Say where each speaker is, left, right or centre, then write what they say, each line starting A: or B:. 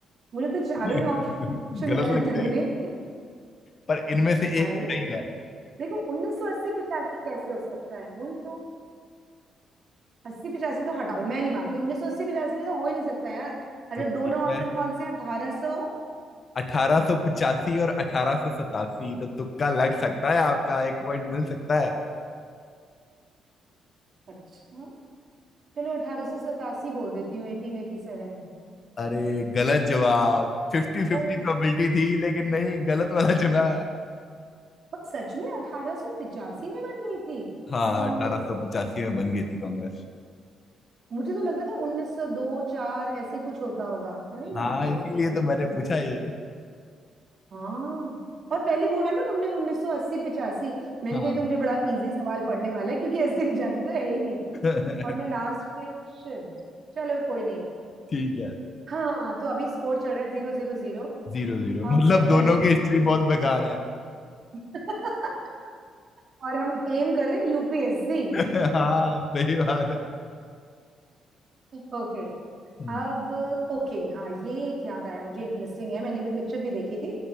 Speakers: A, on the right; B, on the left.
A: मुझे तो चारों
B: <laughs>
A: ही ऑप्शन
B: गलत
A: गलत
B: लगते
A: लग
B: हैं
A: रहे हैं
B: पर इनमें से एक
A: अरे
B: सही है
A: देखो 1980 85 कैसे हो सकता है वही तो 80 85 तो हटा दो मैं नहीं मानती 1980 85 में तो हो ही नहीं सकता यार अच्छा
B: तो ठीक
A: दोनों ऑप्शन
B: है
A: कौन से हैं 1800
B: अठारह सौ पचासी और अठारह सौ सतासी तो तुक्का लग सकता है आपका एक पॉइंट मिल सकता है
A: अच्छा चलो अठारह सौ सतासी बोल देती हूँ एटीन एटी सेवन
B: अरे गलत जवाब फिफ्टी फिफ्टी
A: ओ
B: प्रोबेबिलिटी थी लेकिन नहीं गलत वाला चुना
A: पर सच में अठारह सौ पिचासी में बन गई थी
B: हाँ
A: कांग्रेस
B: अठारह सौ पचासी में बन गई थी कांग्रेस
A: मुझे तो लग रहा था उन्नीस सौ दो चार ऐसे कुछ होता होगा अरे बाप
B: हाँ
A: रे
B: इसीलिए तो मैंने पूछा ये
A: हाँ और पहले बोला ना तुमने उन्नीस सौ अस्सी पिचासी मैंने
B: हाँ
A: कही तो मुझे बड़ा इजी सवाल पढ़ने वाला है क्योंकि अस्सी पिचासी तो है ही नहीं
B: <laughs>
A: और मैं लास्ट के शिट चलो कोई नहीं
B: ठीक है
A: हाँ तो अभी स्कोर चल रहा है जीरो जीरो जीरो
B: जीरो जीरो
A: अब
B: मतलब
A: है
B: दोनों की हिस्ट्री बहुत बेकार है
A: <laughs> और हम एम कर रहे हैं यूपीएससी
B: <laughs> हाँ सही बात है
A: ओके <laughs>
B: हम्म,
A: अब ओके हाँ ये एक याद आया मुझे इंटरेस्टिंग है मैंने भी पिक्चर भी देखी थी